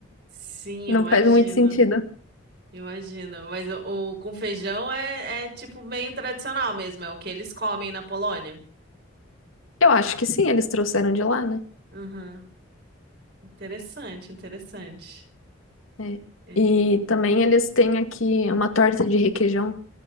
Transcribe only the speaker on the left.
Não
faz muito sentido.
Eu acho que sim, eles trouxeram de lá, né?
É.
E também eles têm aqui uma torta de requeijão.